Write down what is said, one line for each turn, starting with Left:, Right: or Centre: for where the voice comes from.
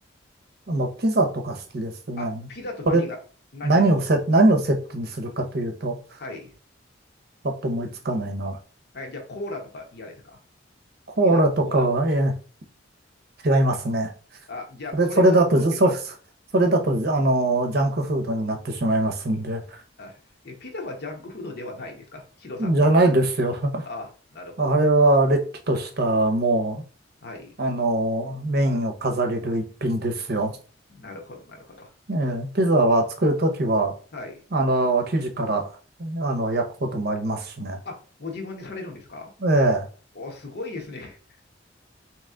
Right: あ、まあ、ピザとか好きですね。
Left: あ、ピザと何が、
Right: これ、
Left: 何を
Right: 何をセ、何をセットにするかというと、
Left: はい。
Right: パッと思いつかないな。
Left: はい、じゃあコーラとか嫌ですか
Right: コーラとかは、
Left: ピザとコーラ。
Right: えー違いますね。
Left: あ、じゃあ、
Right: それ、
Left: それこそポテル。
Right: それだと、じゃそれ、それだと、
Left: あ、
Right: じゃあの、ジャンクフードになってしまいますんで。
Left: あえ、ピザはジャンクフードではないですかヒロさんの。
Right: じゃないですよ。
Left: あ、なるほど。
Right: あれは、れっきとした、も
Left: はい。
Right: う、あの、メインを飾れる一品ですよ。
Left: なるほど、なるほど。
Right: ええ、ピザは作るときは、
Left: はい。
Right: あの、生地から、あの、焼くこともありますしね。
Left: あ、ご自分でされるんですか
Right: ええ、
Left: お、すごいですね。